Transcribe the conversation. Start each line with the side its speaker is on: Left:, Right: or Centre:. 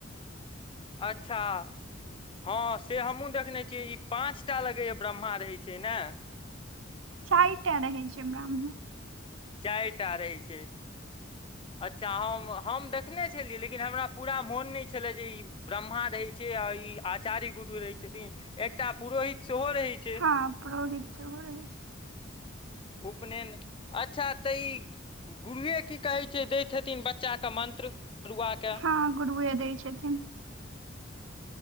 Left: अच्छा। हां से हमु देखने छियै ई पाँचटा लगैया ब्रह्मा रहै छै नै।
Right: चाएरटा रहै छै ब्राह्म।
Left: चायटा रहै छै। अच्छा हम हम देखने छलियै लेकिन हमरा पूरा मोन नै छलै जे ई ब्रह्मा रहै छै आ ई आचार्य गुरु रहै छथि, एकटा पुरोहित सेहो रहै छै
Right: हां पुरोहित सेहो रहै छै।
Left: उपनैन अच्छा तऽ ई गुरुए की कहै छै दै छथिन बच्चाके मन्त्र। तरुआके
Right: हां गुरुए दै छथिन।